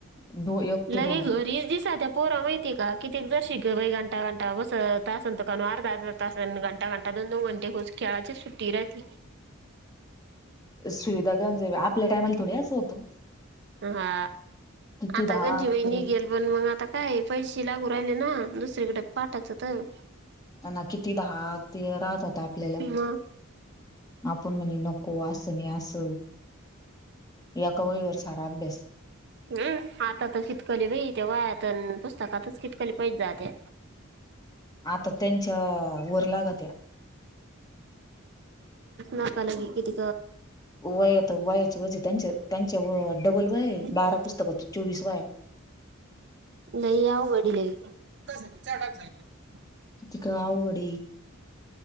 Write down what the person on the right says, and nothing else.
लगे
घरीच दिसा त्या पोरं माहिती हे का किती जर शिक बा घंटा घंटा बस तासंतं का अर्धा अर्धा तास घंटा घंटा नऊ घंटे खेळाची सुट्टी राहती
हा,
आता
गंजी वहिणी
हि घेईल बनवून मग आता काय पैसे लागू राहिले ना, दुसरीकडे पाठायचं तर
मग
हम् आता तर शितकली बाई त्या व्हयात अन पुस पुस्तकातच कितकली पैसे जायत्या.
नाका लागे किती
<unintelligible> <unintelligible>
लय अवघड लई, काय सांगितलं चहा टाक सांगितलं मी तु